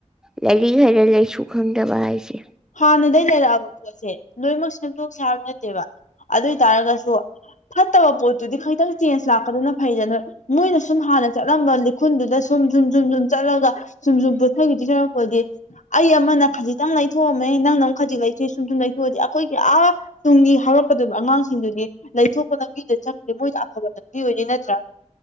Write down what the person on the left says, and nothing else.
ꯍꯥꯟꯅꯗꯒꯤ ꯂꯩꯔꯛꯑꯕ ꯄꯣꯠꯁꯦ ꯂꯣꯏꯅꯃꯛ ꯁꯦꯝꯇꯣꯛ ꯁꯦ ꯍꯥꯏꯕ ꯅꯠꯇꯦꯕ ꯑꯗꯨ ꯑꯣꯏ ꯇꯔꯒꯁꯨ ꯐꯠꯇꯕ ꯄꯣꯠꯇꯨꯗꯤ ꯈꯩꯇꯪ ꯆꯦꯟꯖ ꯂꯥꯛꯀꯗꯅ ꯐꯩꯗꯅ ꯃꯣꯏꯅ ꯁꯨꯝ ꯍꯥꯟꯅ ꯆꯠꯂꯝꯕ ꯂꯤꯈꯨꯜꯗꯨꯗ ꯁꯨꯝ ꯁꯨꯝ ꯁꯨꯝ ꯁꯨꯝ ꯆꯠꯂꯒ ꯁꯨꯝ ꯁꯨꯝ ꯄꯨꯊꯒꯤꯗꯧ ꯁꯥꯔꯨꯛꯄꯨꯗꯤ ꯑꯩ ꯑꯃꯅ ꯈꯖꯤꯛꯇꯪ ꯂꯩ ꯊꯣꯛꯑꯝꯃꯦ ꯅꯪꯅ ꯑꯃꯨꯛ ꯈꯖꯤꯛ ꯂꯩꯊꯣꯛꯑꯦ ꯁꯨꯝ ꯁꯨꯝ ꯂꯩꯊꯣꯛꯑꯗꯤ ꯑꯩꯈꯣꯏꯒꯤ ꯑꯥ ꯇꯨꯡꯒꯤ ꯍꯧꯔꯛꯀꯗꯣꯢꯕ ꯑꯉꯥꯡꯁꯤꯡꯗꯨꯗꯤ ꯂꯩꯊꯣꯛꯄ ꯂꯝꯪꯕꯤꯗꯨ ꯆꯠꯈ꯭ꯔꯅꯤ ꯃꯣꯏꯗ ꯑꯐꯕ ꯂꯝꯪꯕꯤ ꯑꯣꯏꯅꯤ ꯅꯠꯇ꯭ꯔꯥ?